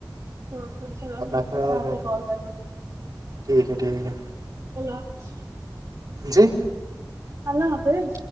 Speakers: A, on the right (about 50°); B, on the right (about 65°).
A: ہاں انشاء اللہ
B: اپنا
A: اللہ حافظ
B: خیال
A: ساتھ
B: رکھنا
A: ہی کال کرنا
B: ٹھیک ہے ٹھیک ہے
A: اللہ حافظ
B: جی
A: اللہ حافظ